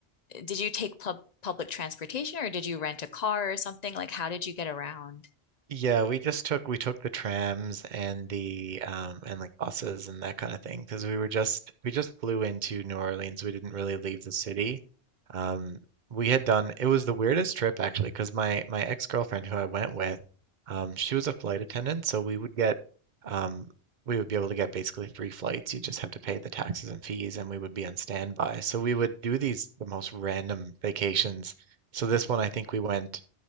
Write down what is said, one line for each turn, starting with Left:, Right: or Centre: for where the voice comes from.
Left: did you take pub public transportation or did you rent a car or something? Like, how did you get around?
Right: Yeah, we just took we took the trams and the um and like buses and that kind of thing because we were just we just flew into New Orleans. We didn't really leave the city. Um, we had done it was the weirdest trip actually because my my ex-girlfriend who I went with, um, she was a flight attendant, so we would get um we would be able to get basically three flights. You just have to pay the taxes and fees, and we would be on standby. So we would do these the most random vacations. So this one I think we went.